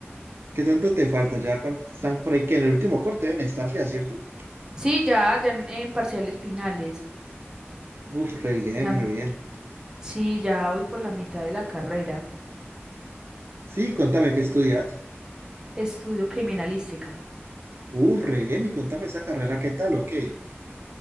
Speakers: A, on the right; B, on the right.
A: ¿Qué tanto te falta? Ya cuán- están por ahí que en el último corte deben estar ya, ¿cierto?
B: Sí, ya, ya en, en parciales finales.
A: Uf, re bien,
B: Ya,
A: re bien.
B: sí, ya voy por la mitad de la carrera.
A: Sí, contame qué estudias.
B: Estudio criminalística.
A: Uf, re bien. Y contame esa carrera, ¿qué tal o qué?